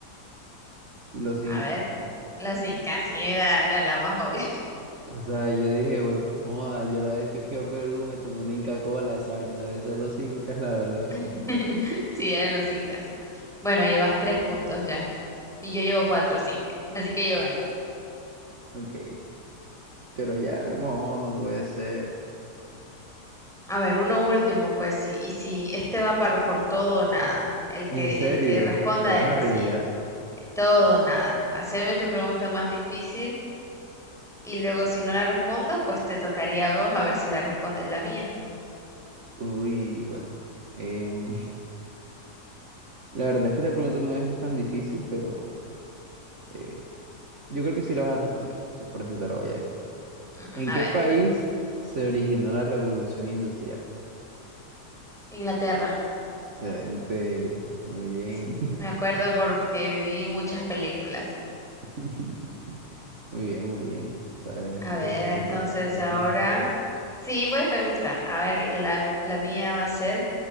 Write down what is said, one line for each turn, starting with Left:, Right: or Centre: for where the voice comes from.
Right: los Incas.
Centre: A ver, los incas, sí, era, era la más obvia.
Right: O sea, yo dije, "Hue- joda, yo la vez que fui a Perú me tomé una Inca Cola, esa vaina debe ser los Incas, la verdad.
Centre: <laughs>
Right: <laughs>
Centre: Sí, eran los incas. Bueno, llevas tres puntos ya y yo llevo cuatro, sí. Así que yo gano.
Right: Ok, pero ya, bueno, no puede ser.
Centre: A ver, uno último, pues sí. Y si este va par- por todo o nada, el que,
Right: ¿En serio?
Centre: el que responda
Right: ¿Te
Centre: a
Right: vas
Centre: este,
Right: a arriesgar?
Centre: sí. Todo o nada. Haceme tu pregunta más difícil y luego si no la respondo, pues te tocaría a vos a ver si la respondes la mía.
Right: Uy, bueno. em, <laughs> la verdad es que esta pregunta no es tan difícil, pero eh, yo creo que sí la vas a responder. Por eso te la voy a decir.
Centre: Ujú,
Right: ¿En
Centre: A
Right: qué
Centre: ver,
Right: país se originó la revolución industrial?
Centre: Inglaterra.
Right: Excelente, muy bien.
Centre: Sí, me acuerdo porque vi muchas películas.
Right: <laughs> Muy bien, muy bien. Sabes
Centre: A ver,
Right: de bastante
Centre: entonces
Right: cultura
Centre: ahora...
Right: general.
Centre: Sí, pues me gusta. A ver, la, la mía va a ser...